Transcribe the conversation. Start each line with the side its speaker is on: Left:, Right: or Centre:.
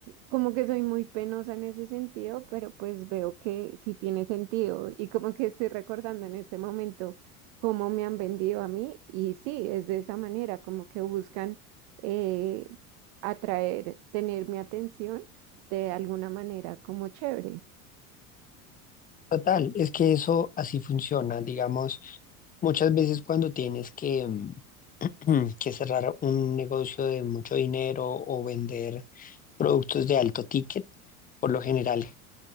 Right: Como que soy muy penosa en ese sentido, pero pues veo que sí tiene sentido y como que estoy recordando en ese momento cómo me han vendido a mí y sí, es de esa manera, como que buscan eh, atraer, tener mi atención de alguna manera como chévere.
Left: Total, es que eso así funciona, digamos. Muchas veces cuando tienes que, mm, <clears throat> que cerrar un negocio de mucho dinero o vender productos de alto ticket, por lo general